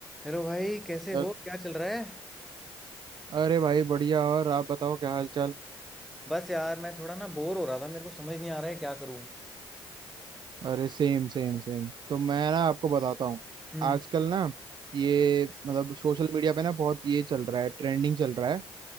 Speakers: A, in the centre; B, on the right (about 50°).
A: Hello भाई कैसे
B: अ-
A: हो क्या चल रहा है
B: अरे भाई बढ़िया और आप बताओ क्या हाल चाल
A: बस यार मैं थोड़ा ना बोर हो रहा था मेरे को समझ नहीं आ रहा है क्या करूं
B: अरे सेम सेम सेम तो मैं ना आपको बताता हूँ
A: हम्म
B: आजकल ना ये मतलब सोशल मीडिया पे ना बहुत ये चल रहा है ट्रेंडिंग चल रहा है